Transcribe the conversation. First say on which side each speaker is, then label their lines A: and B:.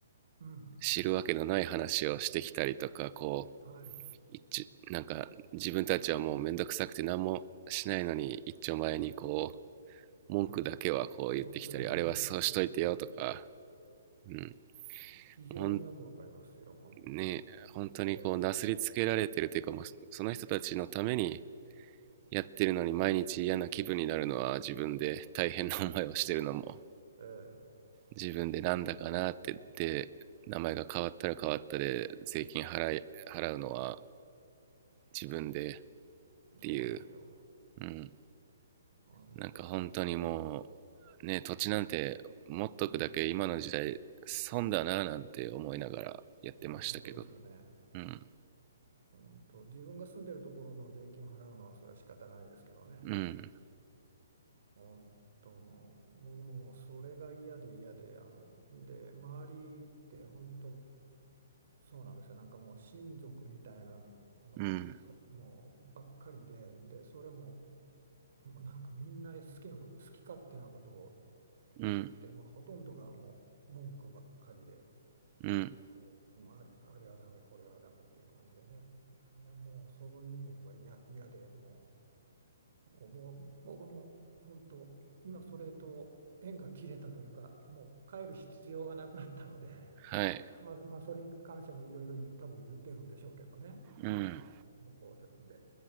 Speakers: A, on the right; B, on the right.
A: うん、
B: 知るわけのない話をしてきたりとかこ
A: はい、
B: う一なんか自分たちはもうめんどくさくて何もしないのに一丁前にこう文句だけはこう言ってきたりあれはそうしといてよとか、
A: うん、文句だけは言うんですよね。
B: うん、
A: 非常によくわかりますよ、
B: ほん
A: 本当に。
B: ね本当にこうなすりつけられてるというかもうその人たちのために
A: ええ
B: やってるのに毎日嫌な気分になるのは自分で大変な思いをしてるのも
A: ええ
B: 自分でなんだかなってで名前が変わったら変わったで税金払い払うのは自分でっていう、
A: そうですよ。
B: うん、
A: あの、よくわかります。
B: なんか本当にもう、ね、土地なんて持っとくだけ今の時代損だななんて思いながらやってましたけど。
A: うんいや、本当ですよね。
B: うん、
A: 本当、自分が住んでるところの税金を払うのは、それは仕方ないですけどね。
B: うん、
A: 本当、もう、僕ももうそれが嫌で嫌で、あの、で、周りって本当、そうなんですよ。なんかもう親族みたいなの、
B: うん、
A: あもうばっかりで、で、それも、もうなんかみんな好きなこと、好き勝手なことを
B: うん、
A: 言って、まあ、ほとんどがもう文句ばっかりで、
B: うん、
A: こう、うんあれ、あれはダメ、これはダメっていう感じでね。いやもうそういうのが嫌、嫌で、もう、もうぼ僕も本当、今それと縁が切れたというか、もう帰る必要がなくなったので、
B: はい、
A: まあ、まあ、それに関してもいろいろ多分言ってるんでしょうけどね、
B: うん、
A: あの向こうで、で